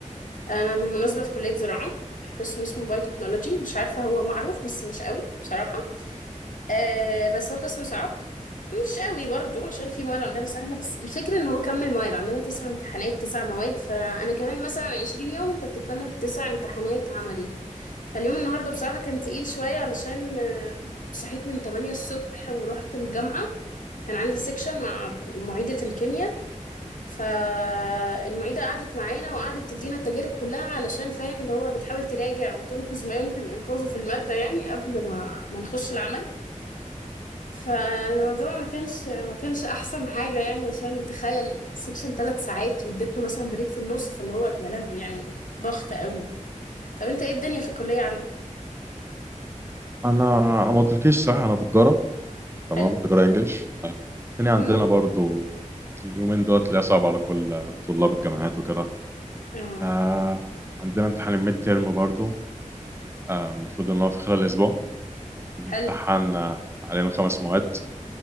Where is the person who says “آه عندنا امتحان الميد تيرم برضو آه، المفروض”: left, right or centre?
Right